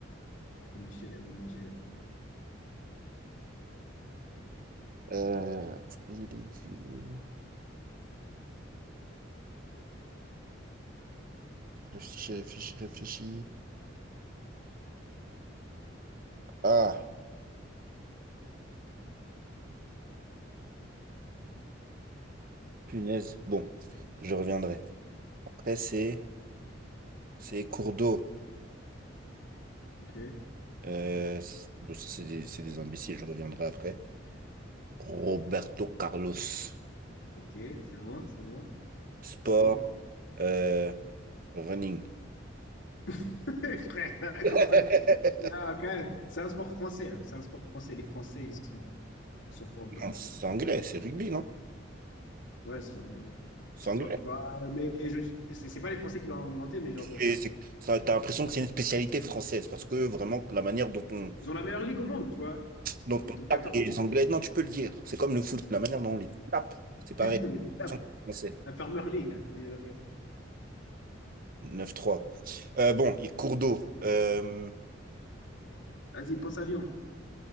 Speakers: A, on the left; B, on the right.
A: truc que Michel aime manger, là.
B: euh, fruits et légumes. Réfléchis, réfléchis, réfléchis. Ah, punaise. Bon, je reviendrai. Après, c'est c'est cours d'eau.
A: Ok,
B: Euh, c'est- bon, ça, c'est des, c'est des imbéciles. Je reviendrai après. Roberto Carlos.
A: ok, c'est bon, c'est bon.
B: Sport,
A: Sport.
B: euh, running.
A: <laughs> Frère, la course
B: <laughs>
A: à pied, là, quand même. C'est un sport français, là. C'est un sport français. Les Français, ils sont, sont forts dedans.
B: Non, C'est anglais, c'est rugby, non?
A: Ouais, c'est le rugby. ouais.
B: C'est
A: C'est
B: anglais.
A: pas, voilà, mais je, c'est c'est pas les Français qui l'ont inventé, mais genre, euh,
B: Et c'est- ça, T'as l'impression que c'est une spécialité française parce que vraiment, la manière dont on,
A: ils ont la meilleure ligue au monde, tu vois.
B: dont
A: Dans le
B: on
A: top 14.
B: tape les Anglais, non, tu peux le dire. C'est comme le foot, la manière dont on les tape, c'est pareil.
A: <laughs> Mais putain,
B: Sans français.
A: la Farmer League, là, comment ils l'appellent.
B: Neuf trois. Euh, bon, il cours d'eau, euh,
A: Vas-y, pense à Lyon.